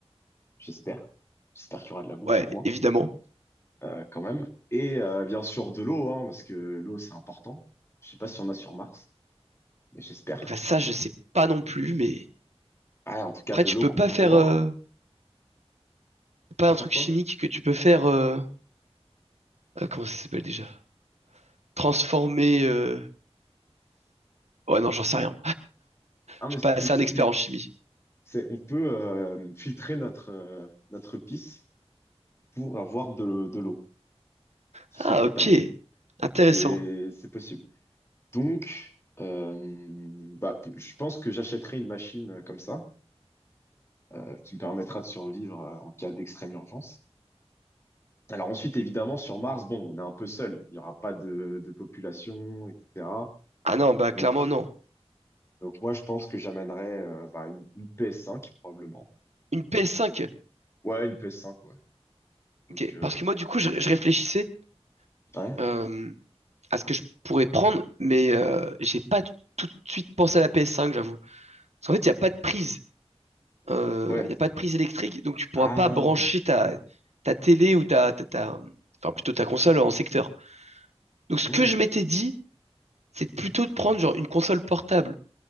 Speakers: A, on the left; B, on the right.
A: j'espère. J'espère qu'il y aura de la bouffe
B: Ouais,
A: pour moi,
B: évidemment.
A: euh, quand même. Et euh, bien sûr, de l'eau, hein, parce que l'eau, c'est important. Je sais pas si on a sur Mars, mais j'espère.
B: Et bah ça, je sais pas non plus, mais
A: Ah, en tout cas,
B: après
A: de
B: tu
A: l'eau
B: peux
A: qu'on
B: pas
A: peut
B: faire.
A: boire.
B: euh, C'est pas
A: On peut
B: un
A: faire
B: truc
A: quoi?
B: chimique que tu peux faire. euh, euh, comment ça s'appelle déjà? Transformer. euh, Ouais, non, j'en sais rien.
A: Ah, mais
B: Je suis
A: ce
B: pas
A: que
B: assez
A: je
B: un
A: sais,
B: expert
A: c'est,
B: en chimie.
A: c'est on peut euh, filtrer notre, euh, notre pisse pour avoir de, de l'eau. qui
B: Ah,
A: soit potable.
B: ok. Intéressant.
A: C'est, c'est possible. Donc, euh, bah, je pense que j'achèterai une machine euh, comme ça, euh, qui me permettra de survivre euh, en cas d'extrême urgence. Alors ensuite, évidemment, sur Mars, bon, on est un peu seul. Il n'y aura pas de, de population, etc.
B: Ah non, bah
A: Donc,
B: clairement non.
A: donc moi, je pense que j'amènerai euh, bah, une, une PS5, probablement.
B: Une PS5.
A: Ouais, une PS5, ouais. Donc,
B: Ok.
A: euh,
B: Parce que moi, du coup, je, je réfléchissais
A: ouais,
B: euh, à ce que je pourrais prendre, mais euh, j'ai pas tout de suite pensé à la PS5, j'avoue. Parce qu'en fait, il n'y a pas de prise. euh,
A: ouais.
B: Il n'y a pas de prise électrique, donc tu pourras
A: Ah,
B: pas brancher ta, ta télé ou ta, ta, ta- enfin plutôt ta console en secteur. Donc ce
A: hmm,
B: que je m'étais dit, c'est plutôt de prendre genre une console portable.